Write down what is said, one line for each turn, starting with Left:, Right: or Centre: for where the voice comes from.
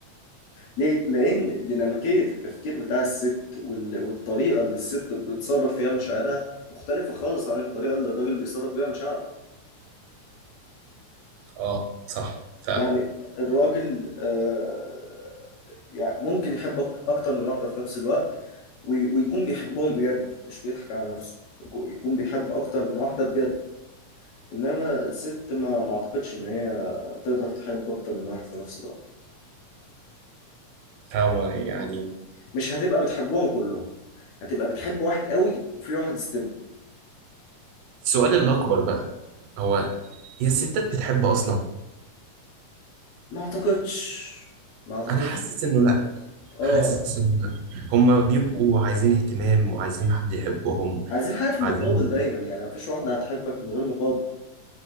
Left: ليه؟ لأن ديناميكية التفكير بتاع الست وال... والطريقة اللي الست بتتصرف فيها مشاعرها مختلفة خالص عن الطريقة اللي الراجل بيصرف بيها مشاعره
Right: اه صح فعلا
Left: يعني الراجل آه، يعني ممكن يحبك اكتر من واحدة في نفس الوقت وي- ويكون بيحبهم بجد مش بيضحك على نفسه يكون يكون بيحب اكتر من واحدة بجد انما الست ما ما اعتقدش ان هي تقدر تحب اكتر من واحد في نفس الوقت
Right: هو يعني
Left: مش هتبقى بتحبهم كلهم هتبقى بتحب واحد قوي وفي واحد استبن
Right: السؤال الاكبر بقى هو هي الستات بتحب اصلا
Left: ما اعتقدش ما اعتقدش
Right: انا حاسس انه لا
Left: اه
Right: حاسس انه لا هما بيبقوا عايزين اهتمام وعايزين حد يحبهم
Left: عايزين حاجة في المقابل
Right: عايزين
Left: دايما يعني مفيش واحدة هتحبك من غير مقابل